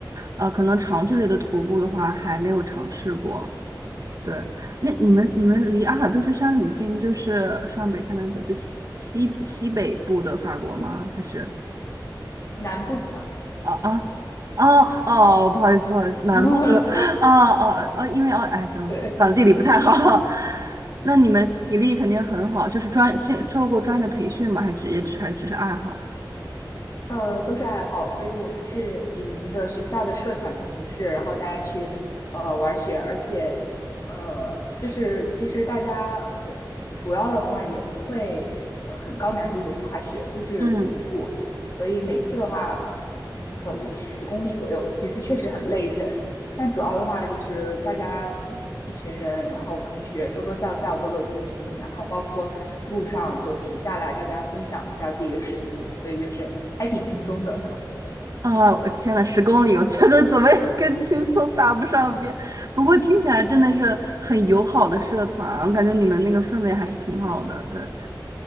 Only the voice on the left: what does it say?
嗯，
南部的法国呀。
<laughs>
对。
呃，都是爱好，所以我们是以那个学校的社团的形式，然后大家去呃玩雪，而且呃，就是其实大家呃主要的话也不会呃很高难度的滑雪，就是徒步，
所以每次的话，嗯，走十公里左右，其实确实很累人，但主要的话就是大家一一群人，然后同学说说笑笑，走走停停，然后包括路上就停下来，大家分享一下自己的食物，所以就是还挺轻松的，我觉得。